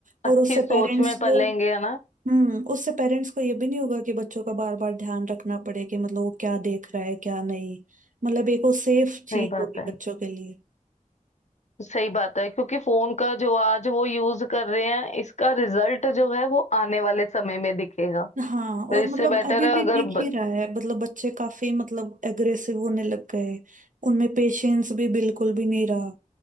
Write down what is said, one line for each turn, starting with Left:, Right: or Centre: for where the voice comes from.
Right: और
Left: अच्छी
Right: उससे
Left: सोच
Right: पेरेंट्स
Left: में पलेंगे
Right: को
Left: है ना
Right: हम्म उससे पेरेंट्स को ये भी नहीं होगा कि बच्चों का बार बार ध्यान रखना पड़े कि मतलब वो क्या देख रहा है क्या नहीं मतलब एक वो सेफ चीज
Left: सही बात
Right: होगी
Left: है
Right: बच्चों के लिए
Left: सही बात है क्योंकि फोन का जो आज वो यूज कर रहे हैं इसका रिजल्ट जो है वो आने वाले समय में दिखेगा
Right: हाँ
Left: तो
Right: और
Left: इससे
Right: मतलब
Left: बेटर
Right: अभी
Left: है
Right: भी
Left: अगर
Right: दिख
Left: ब...
Right: ही रहा है मतलब बच्चे काफी मतलब एग्रेसिव होने लग गए उनमें पेशेंस भी बिल्कुल भी नहीं रहा